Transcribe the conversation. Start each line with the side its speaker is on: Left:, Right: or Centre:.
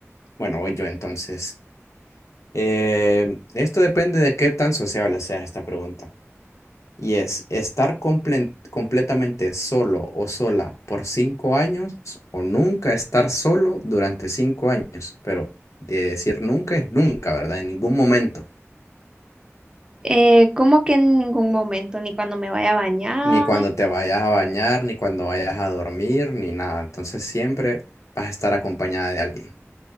Left: bueno, voy yo entonces. Eh, esto depende de qué tan sociable sea esta pregunta. Y es, ¿estar comple- completamente solo o sola por cinco años o nunca estar solo durante cinco años? Pero de decir nunca es nunca, ¿verdad? En ningún momento.
Right: Eh, como que en ningún momento, ni cuando me vaya a bañar.
Left: Ni cuando te vayas a bañar, ni cuando vayas a dormir, ni nada. Entonces siempre vas a estar acompañada de alguien.